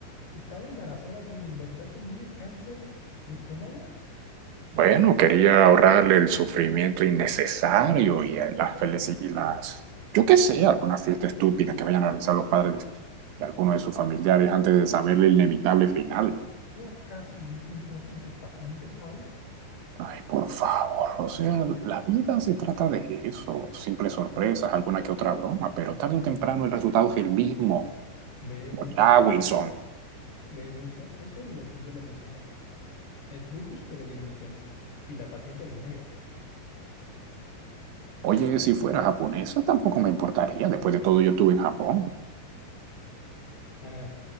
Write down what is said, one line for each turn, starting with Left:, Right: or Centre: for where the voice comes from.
Left: estaba embarazada cuando en verdad tenía cáncer de estómago.
Right: Bueno, quería ahorrarle el sufrimiento innecesario y eh, las felices y las, Yo qué sé, alguna fiesta estúpida que vayan a realizar los padres de alguno de sus familiares
Left: ¿Y,
Right: antes de saber el inevitable final.
Left: y acaso no te importan tus pacientes, House?
Right: Ay, por favor, o sea, la vida se trata de eso, simples sorpresas, alguna que otra broma, pero tarde o temprano el resultado es el mismo.
Left: Ve, Wilson,
Right: Hola, Wilson.
Left: ve, Wilson, eso es lo que yo le mencioné. Es lo justo lo que le mencioné. Y la paciente no es negra.
Right: Oye, si fuera japonesa tampoco me importaría. Después de todo, yo estuve en Japón.
Left: Ah,